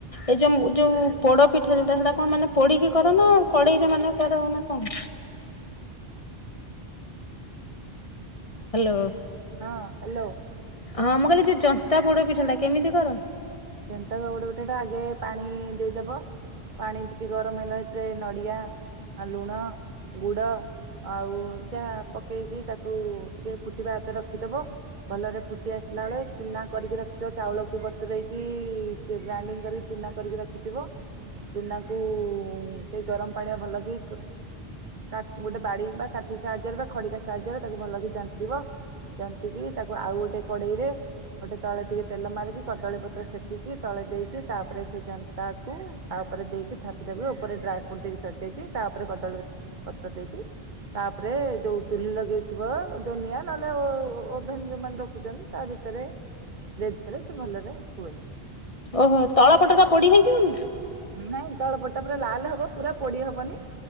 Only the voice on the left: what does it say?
ଏଇ ଯୋଉ ଯୋଉ ପୋଡ ପିଠା ଯୋଉଟା ସେଇଟା କଣ ମାନେ ପୋଡିକି କର ନା କଡେଇରେ ମାନେ କର ନା କଣ? ହାଲୋ।
ହଁ ମୁଁ କହିଲି ଯୋଉ ଯ ଏତେ ପୋଡ ପିଠାଟା କେମିତି କର?
ଓହୋ ତଳ ପଟ ଟା ପୋଡି ହେଇଯିବନି